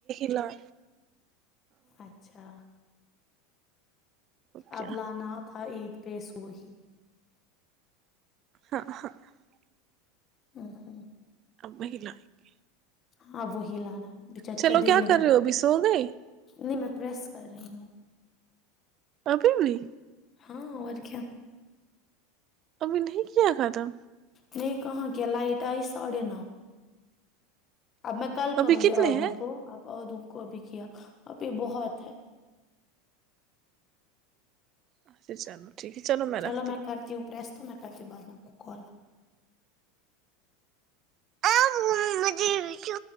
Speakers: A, on the right (about 35°); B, on the left (about 25°).
A: <unintelligible> ل <inaudible>
B: اچھا <inaudible>
A: کیا
B: اب لانا تھا عید <unintelligible> پیسواہی <inaudible>
A: ہاں ہاں <unintelligible>
B: ہ ہوں
A: اب ہ لائیں گے
B: ہاں وہی لانا بچاری
A: چلو
B: کا دل
A: کیا
B: نکلا
A: کر رہے ہو
B: ہے
A: ابھی سو گئے
B: نہیں میں پریس کر رہی ہوں
A: ابھیبڑی
B: ہاں اور کیا
A: ابھی نہیں کیا خ تھام
B: نہیں کہاں کے لائٹ ہے ساڑھے نو اب میں کل کروں
A: ابھی کتنے
B: گی ادوں
A: ہیں
B: کو اب ادوں کو بھی کیا ابھی بہت ہے
A: اھا چلو ٹھیک ہے رکھتی
B: چلو میں کرتی
A: پھر
B: ہوں پرس تو میں کرتی ہوں بعد میں کال
A: ا مججے